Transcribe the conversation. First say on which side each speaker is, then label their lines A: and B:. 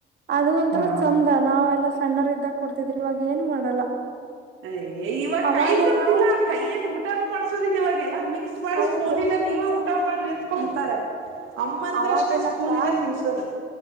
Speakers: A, on the right; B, on the right.
A: ಅದು ಒಂಥರ
B: ನಾವ್
A: ಚಂದ ನಾವೆಲ್ಲ ಕಣ್ಣರು ಇದ್ದಾಗ ಕೊಡ್ತಿದ್ರಿ ಇವಾಗ ಏನು ಮಾಡಲ್ಲ
B: ಅ ಇವಾಗ
A: ಅವಾಗೆಲ್ಲಾ
B: ಕೈ ತತ್ತಿಲ್ಲಾ ಕೈಯಂದ ಊಟಾನೂ ಮಾಡ್ಸೋದಿಲ್ಲ ಇವಾಗೆಲ್ಲಾ ಮಿಕ್ಸ್ ಮಾಡಿ
A: ಹೌದು
B: ಸ್ಪೂನ್ ನೀವೇ ಊಟ ಮಾಡಿತ್ಕಡ್ತಾರೆ ಅಮ್ಮಂದ್ರಷ್ಟೇ
A: ಅವಾಗೆಲ್ಲಕ್ಕ
B: ಸ್ಪೂನ್ ಇಲ್ಲ ತಿನ್ಸೋದು